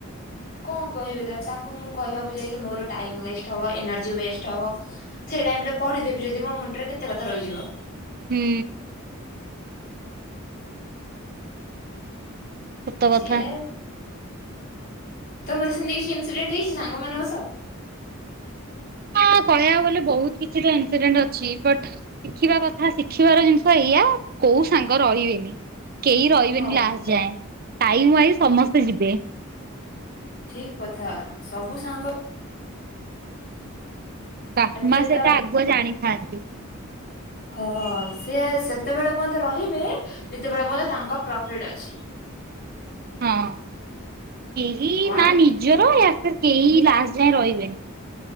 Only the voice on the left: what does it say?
କଣ କହିବି ତାକୁ ତାକୁ ମୁଁ କହିବାକୁ ଯାଇକି ମୋର ଟାଇମ ୱେଷ୍ଟ ହବ ଏନର୍ଜି ୱେଷ୍ଟ ହବ। ସେଇ ଟାଇମ ରେ ପଢିଦେବି ଯଦି ମୁଣ୍ଡରେ କେତେ କଥା ରହିଯିବ।
ସିଏ ତମର ସେମିତି କିଛି ଇନସିଡେଣ୍ଟ ହେଇଛି ସାଙ୍ଗମାନଙ୍କ ସହ?
ହଁ।
ଠିକ୍ କଥା। ସବୁ ସାଙ୍ଗ
ଏତେଟା
ହଁ ସିଏ ସେତେବେଳେ ପର୍ନ୍ତ ରହିବେ। ଯେତେବେଳେ ପର୍ଯ୍ୟ ତାଙ୍କ ପ୍ରଫିଟ୍ ଅଛି।
ୱାନ